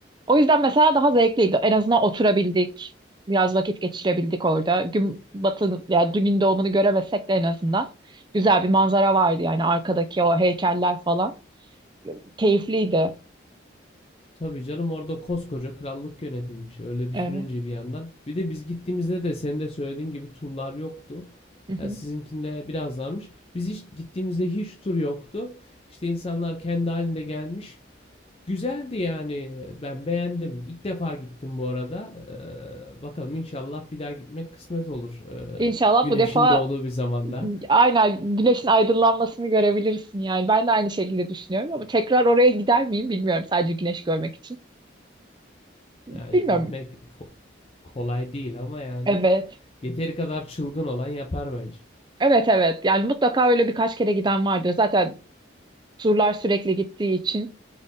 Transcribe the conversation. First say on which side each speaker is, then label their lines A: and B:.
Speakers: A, on the right; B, on the left.
A: O yüzden mesela daha zevkliydi. En azından oturabildik, biraz vakit geçirebildik orada. Gün batı yani gün doğumunu göremesek de en azından güzel bir manzara vardı yani arkadaki o heykeller falan. Keyifliydi.
B: Tabii canım orada koskoca krallık yönetilmiş. Öyle düşününce
A: Evet.
B: bir yandan. Bir de biz gittiğimizde de senin de söylediğin gibi turlar yoktu.
A: Hı hı.
B: Ha, sizinkinde biraz varmış. Biz hiç gittiğimizde hiç tur yoktu. İşte insanlar kendi halinde gelmiş. Güzeldi yani. Ben beğendim. İlk defa gittim bu arada. Ee, bakalım inşallah bir daha gitmek kısmet olur. Ee,
A: İnşallah
B: güneşin
A: bu defa
B: doğduğu bir zamanda.
A: aynen güneşin aydınlanmasını görebilirsin yani. Ben de aynı şekilde düşünüyorum ama tekrar oraya gider miyim bilmiyorum sadece güneş görmek için. Bilmiyorum.
B: Yani gitmek ko- kolay değil ama yani
A: Evet.
B: yeteri kadar çılgın olan yapar bence.
A: Evet evet yani mutlaka öyle birkaç kere giden vardır. Zaten turlar sürekli gittiği için